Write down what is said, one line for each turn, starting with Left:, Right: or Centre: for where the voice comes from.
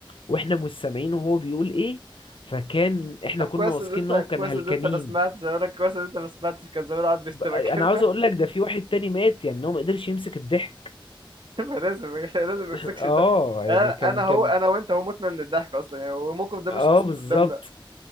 Left: واحنا مش سامعين وهو بيقول ايه فكان احنا
Right: طب
Left: كنا
Right: كويس
Left: واثقين
Right: ان انت
Left: ان هو كان
Right: كويس
Left: هلكانين
Right: ان انت ما سمعتش اقول لك كويس ان انت ما سمعتش كان زمان قاعد بيشتمك
Left: ب- انا
Right: كده
Left: عاوز اقول لك ده في واحد تاني مات يعني إن هو ما قدرش يمسك الضحك
Right: <laughs> فلازم لازم
Left: <laughs>
Right: ما يمسكش
Left: اه
Right: ده
Left: يعني
Right: انا
Left: كان
Right: أنا هو
Left: كان
Right: انا وانت هو متنا من الضحك اصلا يعني والموقف ده مش
Left: اه
Right: حاصل
Left: بالظبط
Right: قدامنا